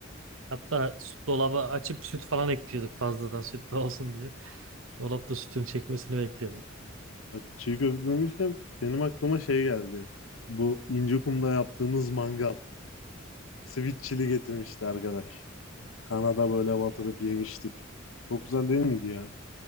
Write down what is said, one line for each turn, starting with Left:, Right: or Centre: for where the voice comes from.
Right: Hatta süt- dolaba açıp süt falan ekliyorduk fazladan sütlü olsun diye. Dolapta sütün çekmesini bekliyorduk.
Left: bak çiğ köfte demişken benim aklıma şey geldi. Bu İncekum'da yaptığımız mangal. Sweet chili getirmişti arkadaş. Kanada böyle batırıp yemiştik. Çok güzel değil miydi ya?